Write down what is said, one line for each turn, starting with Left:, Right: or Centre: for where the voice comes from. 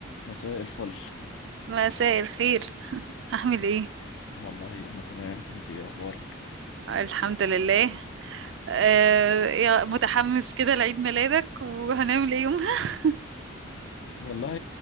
Left: مساء الفل
Right: مساء الخير أعمل إيه؟
Left: والله انا تمام انت ايه اخبارك
Right: الحمد لله آه يا متحمس كده لعيد ميلادك وهنعمل إيه يومها؟
Left: والله